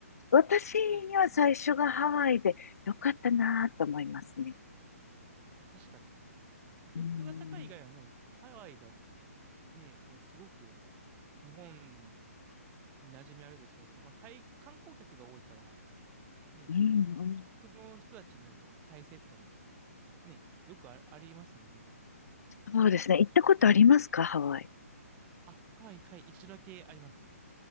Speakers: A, on the left; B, on the right.
A: 私には最初がハワイで良かったなぁと思いますね。
B: そうですよね。はい。いや、確かに。物価が高い以外はもう、
A: うん
B: ハワイが、ね、もうすごく、日本、馴染みあるでしょうし、まあ、海観光客が多いから、ね、
A: うん、
B: その、
A: うん、
B: 異国の人たちの体制とかも、ね、よくあ、ありますもんね。
A: そうですね。行ったことありますかハワイ。
B: あ、はいはい、一度だけあります。